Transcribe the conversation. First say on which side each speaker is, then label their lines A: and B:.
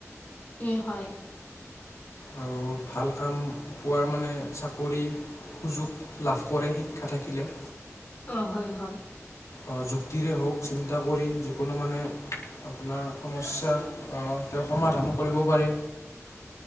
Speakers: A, on the left; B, on the left.
A: উম হয়
B: আৰু ভাল কাম পোৱাৰ মানে চাকৰি সুযোগ লাভ কৰে শিক্ষা থাকিলে
A: অ হয় হয়
B: অ যুক্তিৰে হওক চিন্তা কৰি যিকোনো মানে আপোনাৰ সমস্যা আ তেওঁ সমাধান কৰিব পাৰে